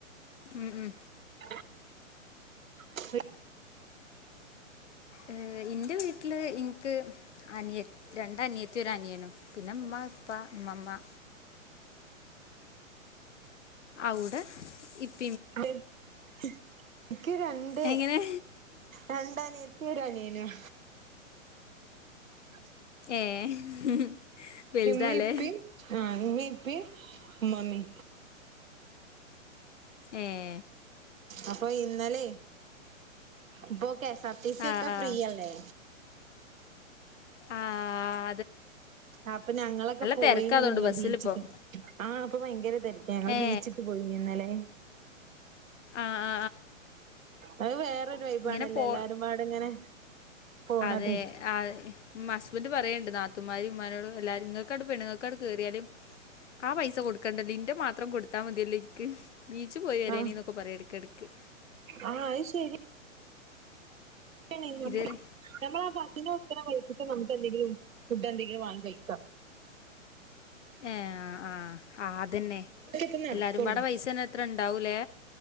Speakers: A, on the left; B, on the right.
A: ഉം ഉം
B: ആ ഉം
A: ഏ ഇന്റെ വീട്ട്ല് ഇൻക്ക് അനിയ രണ്ട് അനിയത്തി ഒര് അനിയനും പിന്നെ ഇമ്മ ഇപ്പ ഇമ്മമ്മ ഔടെ ഇപ്പ
B: ണ്ട് ഇക്ക് രണ്ട്
A: എങ്ങനെ
B: രണ്ടനിയത്തി ഒരനിയനും അ
A: ഏഹ് വലുതാ
B: ഇമ്മീം
A: ല്ലേ
B: ഇപ്പീം ആഹ് ഇമ്മീ ഇപ്പീ ഇമ്മമ്മി
A: ഏഹ്
B: അപ്പൊ ഇന്നലെ ഇപ്പൊക്കെ സാ ടി സി
A: ആ
B: ഒക്കെ
A: ആ
B: ഫ്രീയല്ലേ
A: ആഹ്
B: ആഹ് അപ്പൊ ഞങ്ങളൊക്കെ പോയീനി
A: തിരക്കാ അതുകൊണ്ട്
B: ന്നലെ
A: ബസ്സിലിപ്പോൾ
B: ബീച്ചിക്ക് ആഹ് അപ്പൊ ഭയങ്കര തെരക്ക ഞങ്ങള്
A: ഏ
B: ബീച്ക്ക് പോയിനി ന്നലേ
A: ആഹ്
B: അത് വേറരു വൈബ്
A: ഇങ്ങനെ
B: ആണല്ലോ
A: പോ
B: എല്ലാരും പാടെ ഇങ്ങനെ പോണത്
A: അതെ ആ മ്മ ഹസ്ബൻഡ് പറയണ്ട് നാത്തൂമാരും ഇമ്മാരോടും എല്ലാരും ങ്ങക്കട്ട് പെണ്ണുങ്ങക്കാട്ട് കേറിയാല് ആ പൈസ കൊടുക്കേണ്ടല്ലോ ലിന്റെ മാത്രം കൊടുത്താ മതിയല്ലേ ഇക്ക് ബീച്ച് പോയി വരേനി
B: ആഹ്
A: എന്നൊക്കെ പറയും എടക് എടക്ക്
B: ആഹ് അയ് ശരി യാണേലും
A: ഇതുവരെ
B: നമ്മളാ ബസിന് കൊടുക്കണ പൈസയ്ക്ക് പൈസയ്ക്ക് നമുക്കെന്തെങ്കിലും ഫുഡ് എന്തെങ്കിലും വാങ്ങി കഴിക്കാം
A: ഏഹ് ആഹ് -ആഹ് അതന്നെ
B: അതൊക്കെ ഇപ്പ നടക്കുള്ളൂ
A: എല്ലാരും പാടെ പൈസ തന്നെ എത്ര ഇണ്ടാവൂലേ